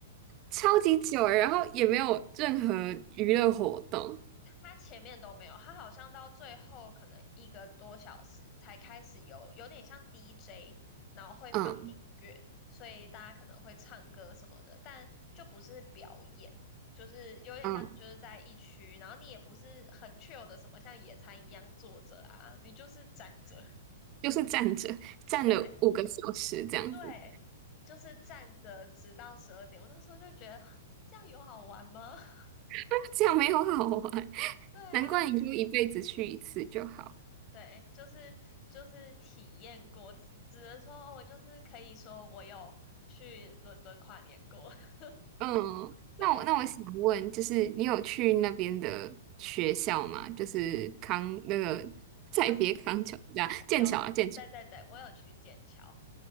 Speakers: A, on the right; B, on the left.
A: 超级久，然后也没有任何娱乐活动，
B: 他前面都没有，他好像到最后可能一个多小时才开始有，有点像 DJ，然后会放音乐，
A: 嗯
B: 所以大家可能会唱歌什么的，但就不是表演，就是有点像你就是在一区，
A: 嗯。
B: 然后你也不是很 chill 的什么像野餐一样坐着啊，你就是站着。<laughs>
A: 就是站着站了五个小时这样子，
B: 对，对，就是站着直到十二点。我那时候就觉得 <laughs> 这样有好玩吗？<laughs>
A: <laughs> 这样没有好玩。
B: 对啊，
A: 难怪你就一辈子去一次就好。
B: 对，就是就是体验过，只只能说哦我就是可以说我有去伦敦跨年过。<laughs>
A: 嗯，
B: 对
A: 那我那我想问，就是你有去那边的学校吗？就是康那个再别康桥这样剑桥啊，
B: 啊，我有，
A: 剑桥，
B: 对对对，我有去剑桥。